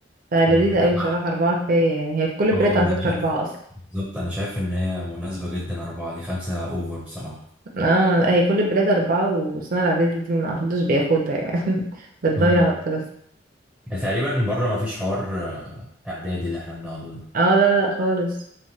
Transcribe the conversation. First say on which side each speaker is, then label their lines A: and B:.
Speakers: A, on the right (about 50°); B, in the centre.
A: فلذيذة
B: امم
A: قوي
B: احنا
A: بصراحة اربعة كفاية يعني هي في كل البلاد
B: اه
A: على
B: انا
A: فكرة
B: شايف
A: اربعة اصلا
B: بالظبط انا شايف ان هي مناسبة جدا اربعة دي خمسة اوفر بصراحة
A: اه هي كل البلاد اربعة والسنة الاعدادية دي ما حدش بياخدها يعني <laughs> بتضيع
B: امم
A: وقت بس
B: تقريبا بره ما فيش حوار آه، اعدادي اللي احنا بنقعده ده
A: اه لا لا خالص